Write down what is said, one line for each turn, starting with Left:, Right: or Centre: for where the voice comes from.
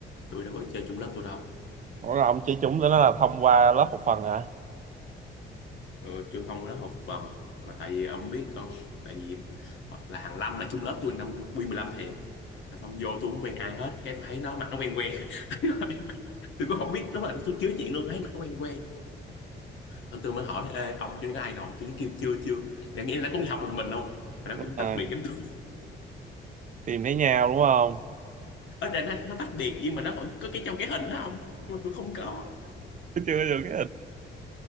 Left: tôi đâu có chơi chung lớp tôi đâu
Right: Ủa là ông chỉ chúng tới nó là thông qua lớp học phần hả
Left: Ừ, trường không đó học vần mà tại vì ông biết không tại vì là hàng năm là chung lớp tôi năm quy 15 thì là xong vô tôi cũng quen ai hết cái tôi thấy nó mặt nó quen quen <laughs> tôi cũng không biết lúc mà tôi chứa chuyện luôn thấy mặt nó quen quen rồi tôi mới hỏi ê ông chưa có ai ngồi chứ nó kêu chưa chưa mẹ nghĩ là nó cũng đi học một mình không mà nó
Right: đúng
Left: cũng
Right: rồi
Left: tách biệt giống tôi
Right: tìm thấy nhau đúng không
Left: <laughs> ở trên nó, nó tách biệt nhưng mà nó vẫn có cái trong cái hình đó không nhưng mà tôi không có
Right: <laughs> chưa được cái hình